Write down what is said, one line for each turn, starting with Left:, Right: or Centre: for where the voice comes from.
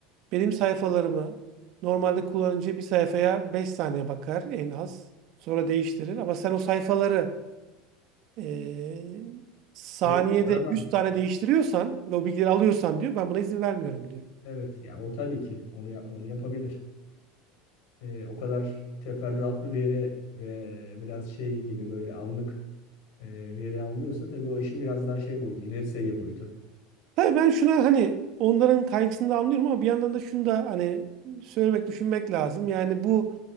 Right: benim sayfalarımı normalde kullanıcı bir sayfaya 5 saniye bakar en az. Sonra değiştirir. Ama sen o sayfaları e, saniyede
Left: Elektrik var ama
Right: 100 tane değiştiriyorsan ve o bilgileri alıyorsan diyor ben buna izin vermiyorum diyor.
Left: evet yani o tabii ki onu ya- onu yapabilir. E, o kadar teferruatlı veri ve biraz şey gibi böyle anlık e, veri alınıyorsa tabii o işin biraz daha şey boyutu, ileri seviye boyutu.
Right: Tabii ben şuna hani onların kaygısını da anlıyorum ama bir yandan da şunu da hani söylemek düşünmek lazım. Yani bu